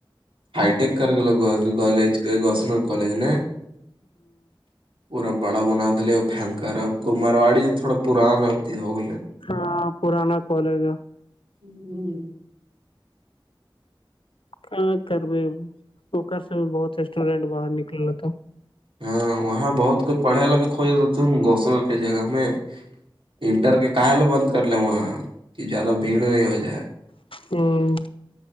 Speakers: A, on the right (about 75°); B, on the left (about 75°).
A: ہائیٹیک کر گلو گ کالج گسم کالج نے پورا بڑا بنا دے اور بنکر اب کو مارواڑی تھوڑا پوران اب ہوگے
B: ہاں پرانا کالج ہے
A: ہوں
B: ہاں کرو پوکر سے بھی بہت ریسٹورینٹ باہر نکل رہا تھا
A: ہاں وہاں بہت کوئی پڑھے ل بھی کھوتا تھا گوسل کی جگہ میں انٹر کے کائل بند کر لیں وہاں کہ زیادہ بھیڑ نہیں ہو جائے
B: ہوں